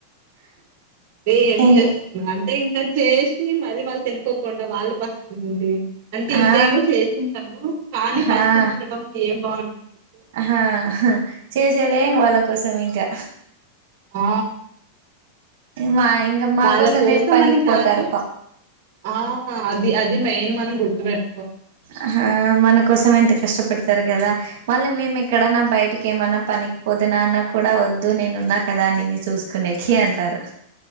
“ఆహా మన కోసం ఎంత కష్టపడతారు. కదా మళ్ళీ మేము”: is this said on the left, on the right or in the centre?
Right